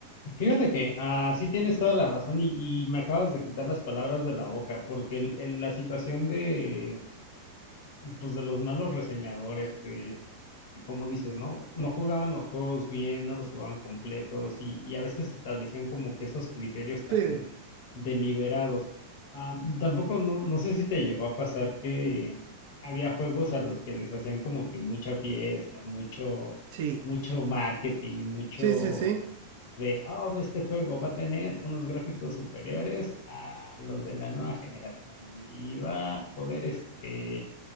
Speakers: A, on the left; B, on the right.
A: Fíjate que así tienes toda la razón y, y me acabas de quitar las palabras de la boca, porque el- el- la situación de, pues, de los malos reseñadores que, que como dices, ¿no? No jugaban los juegos bien, no los jugaban completos y, y a veces establecían como que esos criterios tan
B: Sí,
A: deliberados. Ah, tampoco no, no sé si te llegó a pasar que había juegos a los que les hacían como que mucha fiesta, mucho,
B: Sí,
A: mucho marketing, mucho
B: sí, sí, sí.
A: de, oh, ve, este juego va a tener unos gráficos superiores a los de la nueva generación y, y va a poder este